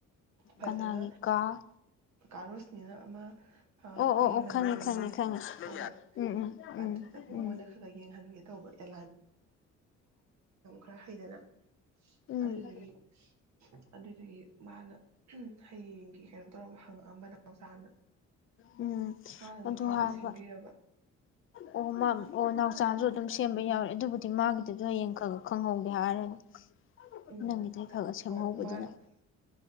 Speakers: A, on the right; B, on the left.
A: ꯐꯖꯅ
B: ꯀꯅꯥꯒꯤ ꯀꯥ
A: ꯀꯥꯔꯣꯁꯅꯤꯅ ꯑꯃ ꯑꯩꯈꯣꯏꯒꯤ
B: ꯑꯣ ꯑꯣ ꯑꯣ
A: ꯃꯅꯤꯄꯨꯔꯤꯒꯤ
B: ꯈꯪꯉꯦ ꯈꯪꯉꯦ ꯈꯪꯉꯦ
A: ꯍꯣꯏ ꯍꯣꯏ
B: ꯎꯝ ꯎꯝ
A: ꯑꯗꯨꯗ
B: ꯎꯝ
A: ꯃꯉꯣꯟꯗ ꯈꯔ ꯈꯔ ꯌꯦꯡꯍꯟꯒꯦ ꯇꯧꯕ ꯑꯦ ꯈꯔ ꯍꯩꯗꯅ
B: ꯎꯝ
A: ꯑꯗꯨꯗꯨꯒꯤ ꯑꯗꯨꯗꯨꯒꯤ ꯃꯥꯅ ꯍꯌꯦꯡꯒꯤ ꯀꯩꯅꯣ ꯇꯧꯔꯝꯕ ꯍꯪꯉꯛꯑꯝꯕ ꯅꯥꯎꯆꯥꯅ
B: ꯎꯝ
A: ꯃꯥꯅꯁꯨ
B: ꯑꯗꯨ
A: ꯈꯔꯗꯤ
B: ꯍꯥꯏꯕ
A: ꯁꯦꯝꯕꯤꯔꯕ
B: ꯑꯣ ꯑꯣ ꯅꯥꯎꯆꯥꯥꯁꯨ ꯑꯗꯨꯝ ꯁꯦꯝꯕ
A: ꯎꯝ
B: ꯌꯥꯎꯔꯦ ꯑꯗꯨꯗꯤ ꯃꯥꯒꯤꯗꯨꯗ ꯍꯌꯦꯡ ꯈꯪꯍꯧꯒꯦ ꯍꯥꯏꯔꯅꯤ
A: ꯎꯝ
B: ꯅꯪꯒꯤꯗꯩ ꯈꯔ ꯈꯔ ꯁꯦꯝꯍꯧꯕꯗꯨꯅ
A: ꯍꯣꯏ ꯃꯥꯅ ꯍꯣꯏ